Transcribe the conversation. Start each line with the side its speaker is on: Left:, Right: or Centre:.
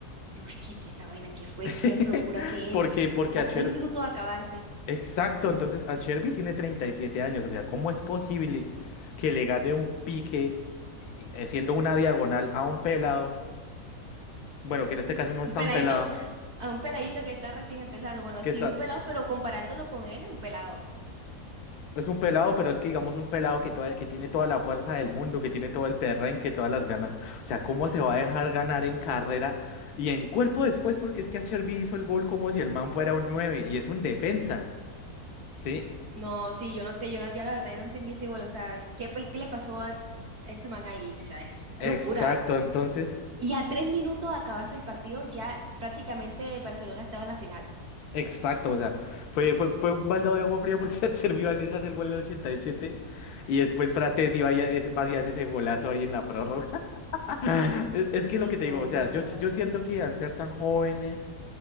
Right: Y uy, ¿qué es esta vaina? ¿Qué fue?
Left: <laughs>
Right: ¿Qué locura que
Left: Porque,
Right: es?
Left: porque
Right: A
Left: a Cher-
Right: tres minutos de acabarse.
Left: Exacto, entonces a Cherby tiene 37 años, o sea, ¿cómo es posible que le gane un pique eh, siendo una diagonal a un pelado? Bueno, que en este caso no
Right: Un
Left: es tan
Right: peladito,
Left: pelado,
Right: a un peladito que está recién empezando. Bueno,
Left: que
Right: sí,
Left: está,
Right: un pelado, pero comparándolo con él, es un pelado.
Left: es un pelado, pero es que digamos un pelado que, toda- que tiene toda la fuerza del mundo, que tiene todo el perrenque, todas las ganas. O sea, ¿cómo se va a dejar ganar en carrera y en cuerpo después? Porque es que a Cherby hizo el gol como si el man fuera un 9 y es un defensa, ¿sí?
Right: No, sí, yo no sé, yo no, ya la verdad no entendí ese gol. O sea, ¿qué, pel- qué le pasó a ese man ahí? O sea, es una
Left: Exacto,
Right: locura.
Left: entonces...
Right: Y a tres minutos de acabarse el partido, ya prácticamente Barcelona estaba en la final.
Left: Exacto, o sea, fue, fue, fue un baldado de agua fría porque <laughs> Chervi les hace el gol en el 87 y siete y después Frates iba y es- va y hace ese golazo ahí en la prórroga. <laughs> Es es que
Right: Uy,
Left: lo que
Right: no,
Left: te digo, o
Right: no,
Left: sea, yo,
Right: no.
Left: si- yo siento que al ser tan jóvenes,